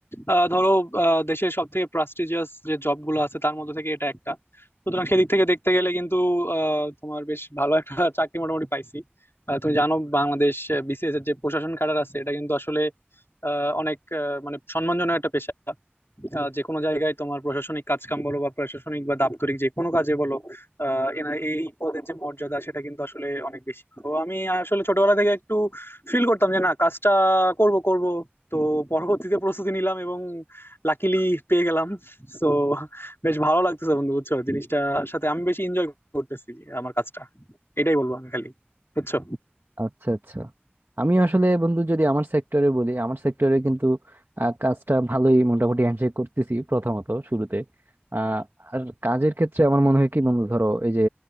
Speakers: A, on the left; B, on the right.
A: আহ, ধরো আহ, দেশের সব থেকে প্রাস্টিজিয়াস যে জব গুলো আছে তার মধ্যে থেকে এটা একটা সুতরাং সেদিক থেকে দেখতে গেলে কিন্তু আহ, তোমার বেশ ভালো একটা <laughs> চাকরি মোটামুটি পাইছি আহ, তুমি জানো বাংলাদেশ বিসিএস এর যে প্রশাসন ক্যাডার আছে এটা কিন্তু আসলে আহ, অনেক আহ, মানে সম্মানজনক একটা পেশা আহ যে কোনো জায়গায় তোমার প্রশাসনিক কাজকাম বলো বা প্রশাসনিক বা দাপ্তরিক যে কোনো কাজে বলো আহ এনা এই পদের যে মর্যাদা সেটা কিন্তু আসলে অনেক বেশি তো আমি আসলে ছোটবেলা থেকে একটু ফিল করতাম যে না কাজটা করব করব তো পরবর্তীতে প্রস্তুতি নিলাম এবং লাকিলি পেয়ে গেলাম তো বেশ ভালো লাগতেছে বন্ধু বুঝছো জিনিসটার সাথে আমি বেশি এনজয় করতেছি আমার কাজটা এটাই বলবো আমি খালি বুঝছো
B: আচ্ছা আচ্ছা আমি আসলে বন্ধু যদি আমার সেক্টরে বলি আমার সেক্টরে কিন্তু আহ, কাজটা ভালোই মোটামুটি হ্যান্ডশেক করতেছি প্রথমত শুরুতে আহ, আর কাজের ক্ষেত্রে আমার মনে হয় কি বন্ধু ধরো এই যে